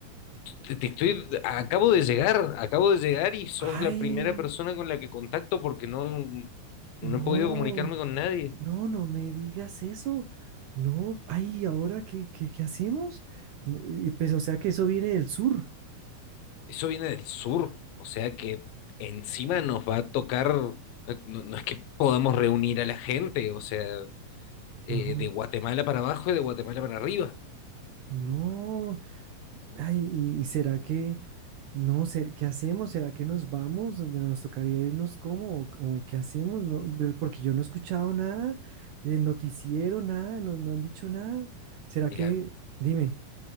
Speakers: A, on the left; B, on the right.
A: Te, te estoy, acabo de llegar, acabo de llegar y sos
B: Ay,
A: la primera persona con la que contacto porque no,
B: no.
A: no he podido comunicarme con nadie.
B: No, no me digas eso. No, ay, ¿ahora qué, qué, qué hacemos? No, y pues, o sea que eso viene del sur.
A: Eso viene del sur, o sea que encima nos va a tocar, no, no es que podamos reunir a la gente, o sea, eh,
B: No,
A: de Guatemala para abajo y de Guatemala para arriba.
B: no. Ay, ¿y y será que, no, sé, qué hacemos? ¿Será que nos vamos? Pero ¿Nos tocaría irnos cómo? ¿O, o qué hacemos? No, pero porque yo no he escuchado nada de noticiero, nada, no, no han dicho nada. ¿Será
A: Mira,
B: que, dime,